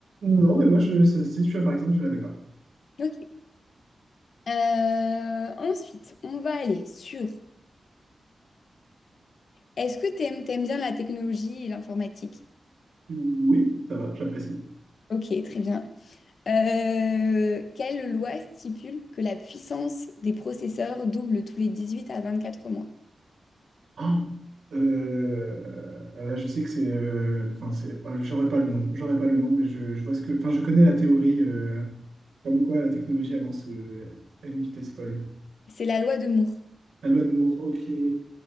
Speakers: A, on the right (about 75°); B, on the left (about 70°).
A: Non, mais moi, je, celle-ci, tu vois, par exemple, je l'avais pas.
B: Ok. Euh, ensuite, on va aller sur... Est-ce que t'aimes, t'aimes bien la technologie et l'informatique?
A: Oui, ça va, j'apprécie.
B: Ok, très bien. Euh, quelle loi stipule que la puissance des processeurs double tous les 18 à 24 mois?
A: Ah, euh, euh, je sais que c'est, euh, enfin c'est, ah, j'aurais pas le nom, j'aurais pas le nom, mais je, je vois ce que, enfin je connais la théorie euh, comme quoi la technologie avance euh, à une vitesse folle.
B: C'est la loi de Moore.
A: La loi de Moore, ok, je,